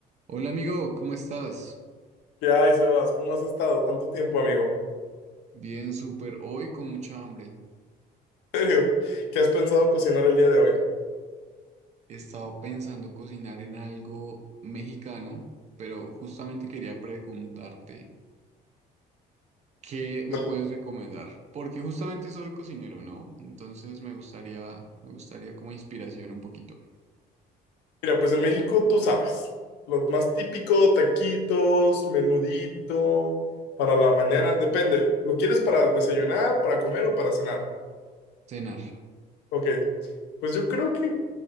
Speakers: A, on the right (about 40°); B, on the left (about 85°).
A: Hola amigo, ¿cómo estás?
B: ¿Qué hay, Sebas? ¿Cómo has estado? Tanto tiempo, amigo.
A: Bien, súper. Hoy con mucha hambre.
B: ¿En serio? ¿Qué has pensado cocinar el día de hoy?
A: Estaba pensando cocinar en algo mexicano, pero justamente quería preguntarte, ¿qué me
B: Híjole.
A: puedes recomendar? Porque justamente soy cocinero, ¿no? Entonces me gustaría, me gustaría como inspiración un poquito.
B: Mira, pues en México tú sabes, lo más típico, taquitos, menudito, para la mañana, depende, ¿lo quieres para desayunar, para comer o para cenar?
A: Cenar,
B: Ok, pues yo creo que